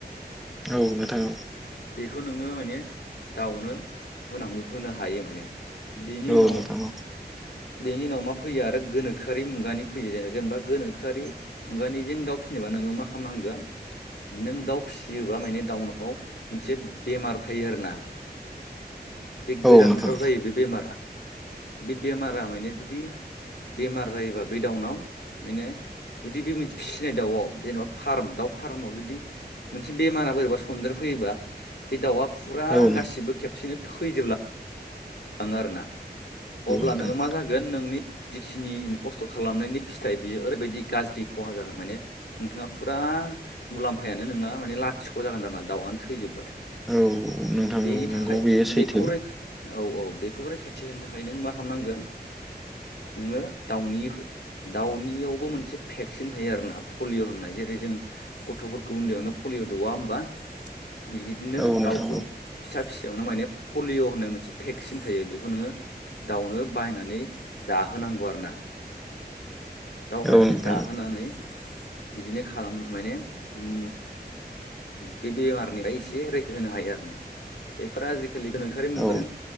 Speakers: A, in the centre; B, on the left (about 75°).
A: औ नोंथां
B: बेखौ नो माने दाउनो होनांगौ होनो हायो माने बेनि
A: औ
B: उनाव
A: नोंथां
B: बेनि उनाव मा फैयो आरो गोनोआरि मुगानि फैयो जेने जेनेबा गोनोआरि मुगानिजों दा फिसिनोबा नोङो मा खालामनांगोन नों दाउ फिसियोबा माने दाउनाव मोनसे बेमार थायो आरोना
A: <unintelligible>
B: बे गोजां
A: औ नोंथां औ नोंथां
B: बोथोराव जायो बे बेमारा बे बेमारा माने जुदि बेमार जायोबा बे डाउनाव माने जुदि बे मोन फिसिनाय दाउआव जेनबा फाराम दाउ फारामाव जुदि मोनसे बेमारा बोरैबा सन्देर फै थैबा बे दाउआ फुरा
A: औ नोंथां औ
B: गासिबो खेबसेनो थैजोबला थाङो आरो ना अब्ला
A: नोंथां
B: नोङो मा जागोन नोंनि जिखिनि खस्थ खालामनायनि फिथाइ बेयो ओरैबायदि गाज्रि खहा जागोन माने नोंथाङा फुरा आ मुलाम्फायानो नोंना माने लाथिख' जागोन दामा दाउआनो थैजोबबाथाय
A: औ नोंथां
B: बेनि
A: औ
B: थाखाय
A: नंगौ बेयो सैथो
B: बेखौ रै औ - औ बेखौबो रैखाथि होनो थाखाय नों मा खालामनांगोन नोङो दाउनिखो दाउनियावबो मोनसे फेक्सिन थायो आरोना पलिअ होननाय जेरै जों गथफोरखौ उन्दैयावनो पलिअ दौवा होमबा
A: <inaudible>
B: बिगिदिनो
A: औ नोंथां
B: दाउखौ
A: औ
B: फिसा - फिसायावनो माने पलिअ होननाय मोनसे फेक्सिन थायो बेखौ नोङो दाउनो बायनानै जाहोनांगौ आरो ना दाव बायनानै
A: औ नोंथां
B: जाहोनानै बिदिनो खालाम माने ओम बे बेमारनिफाय एसे रैखा होनो हायो आरोना बेफोरो आजिखालि गोनोखोयारि मुगाजों
A: औ